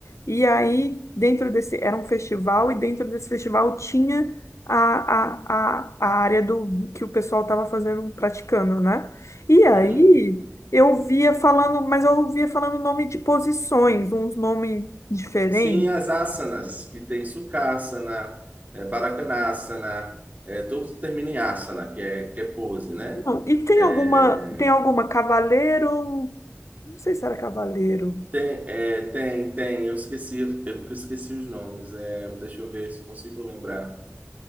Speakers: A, on the left; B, on the right.
A: e aí dentro desse era um festival e dentro desse festival tinha a, a, a, a área do que o pessoal estava fazendo, praticando, né? E aí
B: Uhum.
A: eu via falando, mas eu ouvia falando nome de posições, uns nomes diferentes.
B: Sim, as asanas, que tem Sukhasana, é, Barakanasana, é, todos terminam em asana, que é, que é pose, né?
A: Não, e tem
B: É,
A: alguma, tem alguma cavaleiro, não sei se era cavaleiro.
B: tem, é, tem, tem, eu esqueci, eu esqueci os nomes, é, deixa eu ver se eu consigo lembrar.